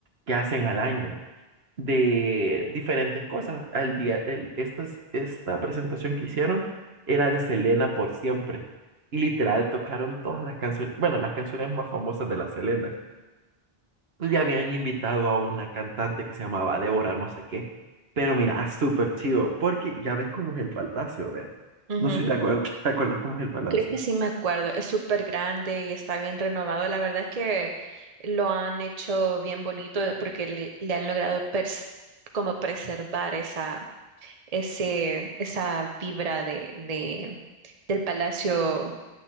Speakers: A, on the right (about 75°); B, on the right (about 40°).
A: que hacen al año de diferentes cosas. Al día, el- esta, es- esta presentación que hicieron era de Selena por siempre y literal tocaron todas las canciones, bueno, las canciones más famosas de la Selena pues ya habían invitado a una cantante que se llamaba Débora, no sé qué. Pero mira, ah, súper chido, porque ya ves cómo es el palacio, vea.
B: Ujú.
A: No sé si te acuerdas, te acuerdas cómo es el palacio.
B: Creo que sí me acuerdo, es súper grande y está bien renovado. La verdad es que lo han hecho bien bonito porque le, le han logrado pers- como preservar esa, ese, esa vibra de, de, del palacio